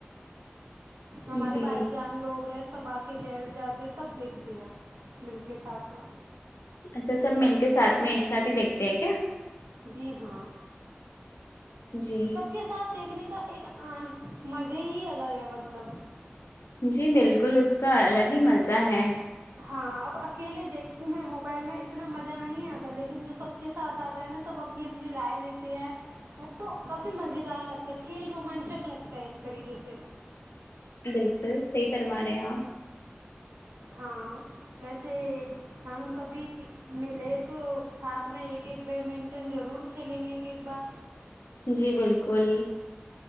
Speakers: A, on the right; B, on the left.
A: ہمارے
B: جی
A: بھائی جان لوگ ہیں سب آ کے بیٹھ جاتے سب دیکھتے آپ مل کے ساتھ
B: اچھا سب مل کے ساتھ میں ایک ساتھ دیکھتے ہیں کیا
A: جی ہاں
B: جی
A: سب کے ساتھ دیکھنے کا ایک مزے ہی الگ ہے مطلب
B: جی بلکل اس کا الگ ہی مزہ ہے
A: ہاں اب اکیلے دیکھوں میں موبائل میں اتنا مزہ نہیں آتا لیکن جو سب کے ساتھ آتا ہے نا سب اپنی اپنی رائے دیتے ہیں وہ کافی مزے دار لگتا ہے کھیل رومانچک لگتا ہے ایک طریقے سے
B: بلکل صحیح فرما رہے ہیں آپ
A: ہاں ویسے ہم کبھی ملے تو ساتھ میں ایک ایک بیڈمنٹن ضرور کھیلیں گے ایک ایک بار
B: جی بالکل